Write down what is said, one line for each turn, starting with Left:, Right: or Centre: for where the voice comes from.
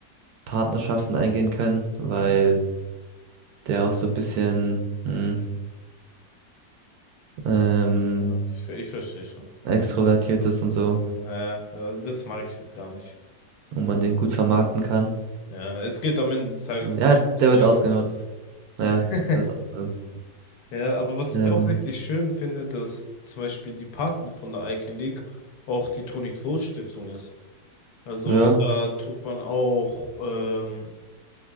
Right: Partnerschaften eingehen können, weil
Left: Mhm.
Right: der auch so ein bisschen mh, ähm,
Left: Ja, Ich, ich verstehe schon.
Right: extrovertiert ist und so
Left: Äh, äh, das mag ich halt gar nicht.
Right: und man den gut vermarkten kann.
Left: Ja, es geht am Ende des Tages
Right: Ähm, Ja, der
Left: ums Geld.
Right: wird ausgenutzt. Ja,
Left: <laughs>
Right: der wird ausgenutzt.
Left: Ja, aber was
Right: Ähm,
Left: ich auch richtig schön finde, dass zum Beispiel die Paten von der Icon League auch die Toni-Kroos-Stiftung ist. Also
Right: ja,
Left: da tut man auch ähm,